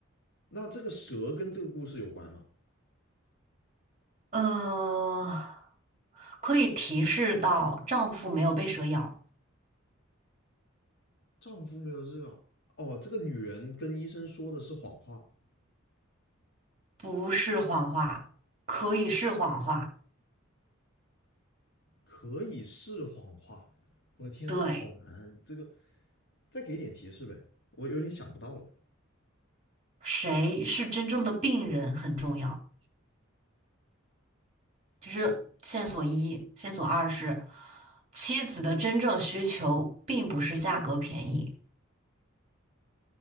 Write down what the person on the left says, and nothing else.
那这个蛇跟这个故事有关吗？
丈夫没有热，哦，这个女人跟医生说的是谎话，
可以是谎话。我的天，
这个好难，这个再给点提示呗，我有点想不到了。